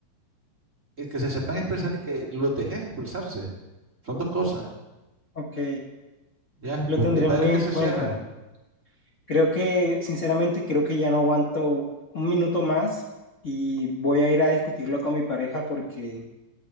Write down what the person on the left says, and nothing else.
Ok,
lo
tendré
muy en
cuenta.
Creo que, sinceramente, creo que ya no aguanto un minuto más y voy a ir a discutirlo con mi pareja porque,